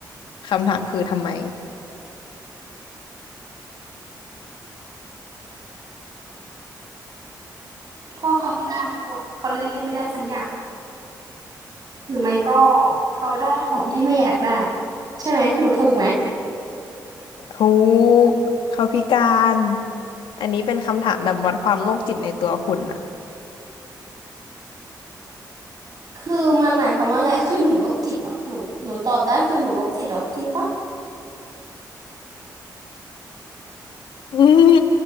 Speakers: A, on the left (about 80°); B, on the right (about 50°).
A: คำถามคือทำไม
B: พ่อเขาพิการแล้วบอกเขาเล่นเล่นไม่ได้สักอย่างหรือไม่ก็เขาได้ของที่ไม่อยากได้ใช่ไหมหนูถูกไหม
A: ทุกข์เขาพิการอันนี้เป็นคำถามแบบวัดความโรคจิตในตัวคุณอะ
B: คือมันหมายความว่าไงคือหนูโรคจิตเหรอหนูหนูตอบได้คือหนูโรคจิตเหรอจริงปะ
A: <laughs> อืม